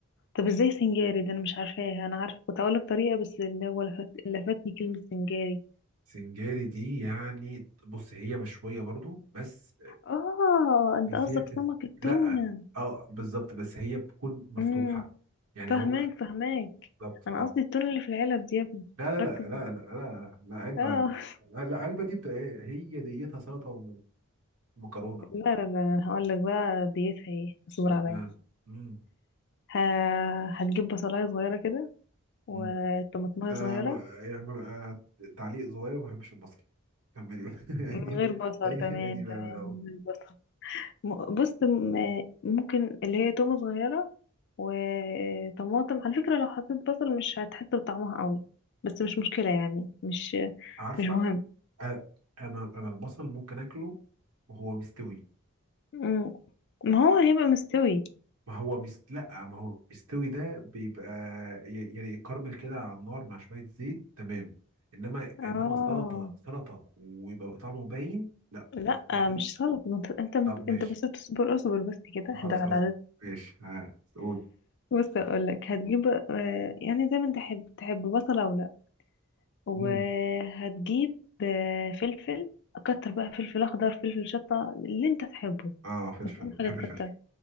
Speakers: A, on the left (about 55°); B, on the right (about 80°).
A: طب ازاي سنجاري ده انا مش عارفاه انا عارفه كنت هقول لك طريقه بس اللي هو لفت... لفتني كلمه سنجاري
B: سنجاري دي يعني بص هي مشوية برضو بس
A: اه انت
B: بس
A: قصدك
B: هي بتت...
A: سمك التونه
B: لا اه بالظبط بس هي بتكون مفتوحة
A: مم.
B: يعني
A: فهماك
B: هو
A: فهماك
B: بالظبط
A: انا
B: اه
A: قصدي التون اللي في العلب دي يا ابني
B: لا لا لا
A: ركز
B: لا
A: معايا.
B: لا لا لا علبة
A: اه <laughs>
B: لا لا علبة دي بت... هي ديتها سلطة وم- ومكرونة
A: لا لا لا
B: شكرا.
A: هقول لك بقى ديتها ايه اصبر
B: طب
A: عليا
B: آه. مم.
A: ه- هتجيب بصلايه صغيره كده وطماطمايه
B: مم. آه
A: صغيره
B: ب- يعني ب- آه تعليق صغير ما بحبش البصل كملي بقى. <laughs> عيدي
A: من غير
B: بقى-
A: بصل
B: عيدي
A: تمام
B: عيدي
A: تمام
B: بقى من الأول
A: من غير بصل م- بص م- ممكن اللي هي تومه صغيره وطماطم على فكره لو حطيت بصل مش هتحس بطعمها قوي بس مش مشكله يعني مش
B: عارفة
A: مش مهم
B: آه، أنا أنا البصل ممكن آكله وهو مستوي
A: مم. ما هو هيبقى مستوي
B: ما هو بيست... لا ما هو بيستوي ده بيبقى ي- يعني كارمل كده على النار مع شوية زيت تمام انما
A: اه
B: انما سلطة سلطة ويبقى طعمه باين لا
A: لا
B: مستحيل
A: مش غلط ما انت انت مت-
B: طب ماشي
A: انت بس تصبر اصبر بس كده
B: خلاص
A: اهدى على
B: هز...
A: العدد
B: ماشي ها سعود
A: بص اقول لك هتجيب آه، يعني زي ما انت تحب تحب بصله ولا وهتجيب
B: مم.
A: آه، فلفل كتر بقى فلفل اخضر فلفل شطه اللي انت تحبه
B: اه فلفل
A: بس اهم
B: بحب
A: حاجه تكتر
B: الفلفل